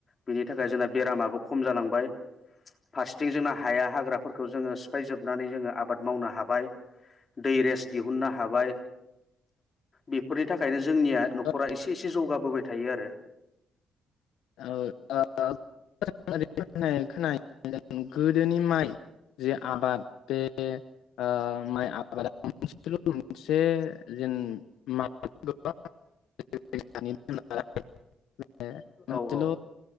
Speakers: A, on the left; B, on the left.
A: बिनि थाखाय जोंना बेरामाबो खम जालांबाय फारसेथिं जोंना हाया हाग्राफोरखौ जोङो सिफायजोबनानै जोङो आबाद मावनो हाबाय। दै रेस दिहुननो हाबाय बेफोरनि नि थाखायनो जोंनिया नखरा
B: औ
A: एसे एसे जौगाबोबाय थायो आरो।
B: <unintelligible> मोनसेल
A: औ औ